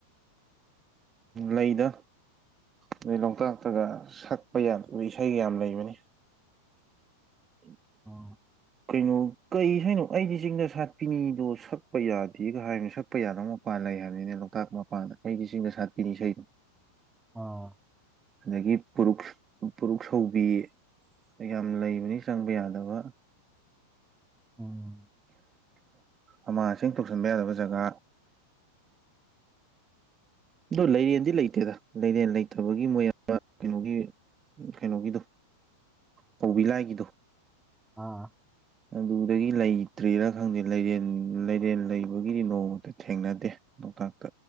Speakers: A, on the right; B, in the centre.
A: ꯂꯩꯗ ꯑꯗꯩ ꯂꯣꯛꯇꯥꯛꯇꯒ ꯁꯛꯄ ꯌꯥꯗꯕ ꯏꯁꯩꯒ ꯌꯥꯝ ꯂꯩꯕꯅꯤ ꯎꯝ
B: ꯑꯣ
A: ꯀꯩꯅꯣ ꯀꯩ ꯁꯩꯅꯣ ꯑꯩꯗꯤ ꯆꯤꯡꯗ ꯁꯥꯠꯄꯤꯅꯤꯗꯣ ꯁꯛꯄ ꯌꯥꯗꯦꯒ ꯍꯥꯏꯅ ꯁꯛꯄ ꯌꯥꯗꯝꯃꯣ ꯃꯄꯥꯟ ꯂꯩ ꯍꯥꯏꯕꯅꯤꯅ ꯂꯣꯛꯇꯥꯛ ꯃꯄꯥꯟꯗ ꯑꯩꯗꯤ ꯁꯤꯡꯒ ꯁꯥꯠꯄꯤꯅꯤ ꯏꯁꯩꯗꯣ
B: ꯑꯣ
A: ꯑꯗꯒꯤ ꯄꯨꯛ ꯄꯨꯔꯨꯛ ꯁꯧꯕꯤ ꯌꯥꯝ ꯂꯩꯕꯅꯤ ꯆꯪꯕ ꯌꯥꯗꯕ
B: ꯎꯝ
A: ꯑꯃꯥꯡ ꯑꯁꯦꯡ ꯊꯣꯛꯁꯟꯕ ꯌꯥꯗꯕ ꯖꯒꯥ ꯑ ꯂꯩꯔꯦꯟꯗꯤ ꯂꯩꯇꯦꯗ ꯂꯩꯔꯦꯟ ꯂꯩꯇꯕꯒꯤ ꯃꯣꯏ ꯀꯩꯅꯣꯒꯤ ꯎ ꯀꯩꯅꯣꯒꯤꯗꯣ ꯀꯧꯕꯧꯕꯤ ꯂꯥꯏꯒꯤꯗꯣ
B: ꯑꯥ
A: ꯑꯗꯨꯗꯒꯤ ꯂꯩꯇ꯭ꯔꯤꯔꯥ ꯈꯪꯗꯦ ꯂꯩꯔꯦꯟ ꯂꯩꯔꯦꯟ ꯂꯩꯕꯒꯤꯗꯤ ꯅꯣꯡꯃꯇ ꯊꯦꯡꯅꯗꯦ ꯅꯣꯛꯇꯇ